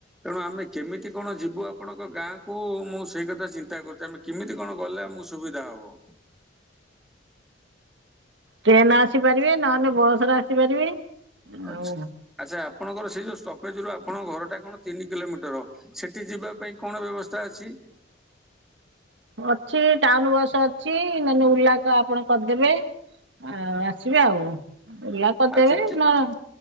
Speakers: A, in the centre; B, on the right (about 70°).
A: ତେଣୁ ଆମେ କେମିତି କଣ ଯିବୁ ଆ ପଣଙ୍କ ଗାଁ କୁ ମୁଁ ସେଇ କଥା ଚିନ୍ତା କରୁଛି ଆମେ କେମିତି କଣ ଗଲେ ଆମକୁ ସୁବିଧା ହବ?
B: ଟ୍ରେନ୍ ରେ ଆସିପାରିବେ ନହେଲେ ବସ୍ ରେ ଆସିପାରିବେ।
A: ଆଛା
B: ଆଉ
A: ଆଚ୍ଛା ଆପଣଙ୍କର ସେଇ ଯୋଉ ଷ୍ଟପେଜ ରୁ ଆପଣଙ୍କ ଘରଟା କଣ ତିନି କିଲୋମିଟର? ସେଠି ଯିବା ପାଇଁ କଣ ବ୍ୟବସ୍ଥା ଅଛି?
B: ଅଛି ଟାଉନ ବସ୍ ଅଛି ନହେଲେ ଓଲା ଆ ଆପଣ କରିଦେବେ। ଆ ଆସିବେ ଓଲା କରିଦେବେ
A: ଆଉ ସେଠି
B: ନ